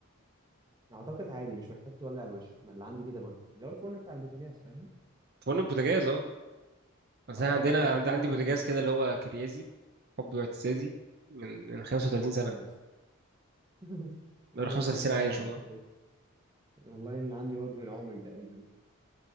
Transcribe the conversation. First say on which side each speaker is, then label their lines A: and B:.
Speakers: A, on the right; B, on the right.
A: اعتقد عادي مش محتاج تولع الوش ما اللي عندي كده برضه اللي هو الفرن بتاع البوتاجاز فاهم
B: فرن البوتاجاز اه بس
A: اه
B: انا عندنا
A: اه عادي هو
B: عند-
A: ده اللي
B: عندي
A: هتعمل
B: بوتاجاز
A: فيه
B: كده اللي هو كريازي حبي واعتزازي من من 35
A: احسن
B: سنه
A: ناس <laughs>
B: بقى
A: عادي
B: 35
A: انا عندي
B: سنه
A: واحد
B: عايش والله
A: فريد والله ان عندي برضه من عمري تقريبا